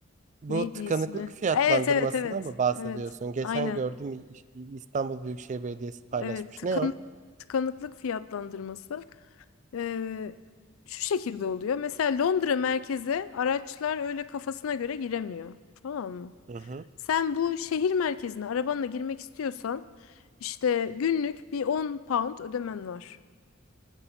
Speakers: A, on the right; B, on the left.
A: Bu
B: Neydi
A: tıkanıklık
B: ismi?
A: fiyatlandırmasından
B: Evet, evet, evet.
A: mı bahsediyorsun?
B: Evet.
A: Geçen
B: Aynen.
A: gördüm İ- İ- İstanbul Büyükşehir Belediyesi paylaşmış.
B: Evet, tıkanık
A: Ne o?
B: tıkanıklık fiyatlandırması. e, şu şekilde oluyor. Mesela Londra merkeze araçlar öyle kafasına göre giremiyor. Tamam mı?
A: Hı hı.
B: Sen bu şehir merkezine arabanla girmek istiyorsan işte günlük bir 10 pound ödemen var.